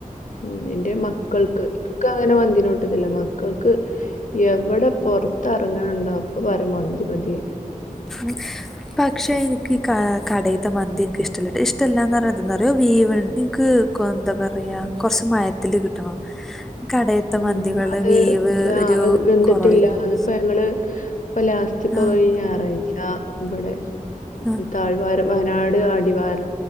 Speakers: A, on the left; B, in the centre.
A: ഉം എന്റെ മക്കൾക്ക് ഇക്കങ്ങനെ മന്തിനോട്ട്ക്കില്ല മക്കക്ക് എവിടെ പൊർത്തെറങ്ങ്ണ് ണ്ടോ അപ്പൊ പറെം മന്തി മതി.
B: <unintelligible> പക്ഷെ എനിക്ക് ഈ കാ കടയിത്തെ മന്തി ഇൻക്ക് ഇഷ്ടല്ലട്ടോ ഇഷ്ടല്ലാന്ന് പറിണത് എന്താറിയോ അത്‌ വേവ്ണ് ഇന്ക്ക് ക്കോ എന്താ പറയാ കൊറച്ച് മയത്തില് കിട്ടണം കടയത്തെ
A: ഉം
B: മന്തികള്
A: അത്
B: വേവ്
A: ആ
B: ഒരു
A: വെന്തിട്ടില്ലാന്ന്
B: കുറവായിരിക്കും
A: ഇപ്പ ഞങ്ങള് ഇപ്പ ലാ ഇച്ചിപ്പോ
B: ആഹ്
A: കഴിഞ്ഞ ഞായറാഴ്ച ഇവിടെ
B: ആഹ്
A: താഴ് വാരം വയനാട് അടിവാര